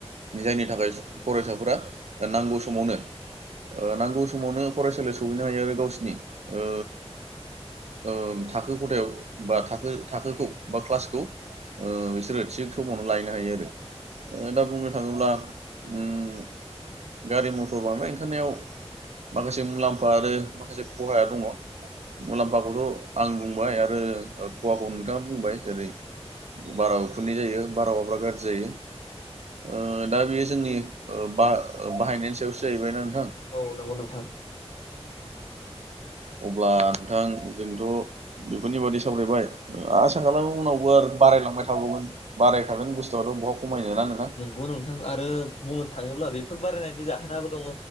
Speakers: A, on the right; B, on the left.
A: जायनि थाखाय फरायसाफोरा नांगौ समावनो नांगौ समावनो फरायसालि सहैनो हायो आरो गावसिनि ओ ओ थाखो खथायाव बा थाखो थाखोखौ बा क्लासखौ ओ बिसोरो थि समावनो लायनो हायो आरो दा बुंनो थाङोब्ला ओम गारि मथर बांद्राय ओंखारनायाव माखासे मुलाम बा आरो माखासे खहाया दङ मुलाम्फाखौथ' आं बुंबाय आरो खहाखौ नोंथाङा बुंबाय जेरै बारा उखुन्दै जायो। बारहावाब्रा गाज्रि जायो। ओ दा बेयो जोंनि ओ बा बाहायनायनि सायावसो जाहैबायना नोंथां।
B: औ नंगौ नोंथां
A: अब्ला नोंथां जोंथ' बेफोरनि बादै सावरायबाय आसा खालामो उनावबो आरो बारायलांबाय थाबावगोन बारायखागोन बुस्थुआथ' बहा खमायनो ना नोंथां
B: नंगौ नोंथां आरो बुंनो थाङोब्ला बेफोर बारायनानै जाहोनाबो दङ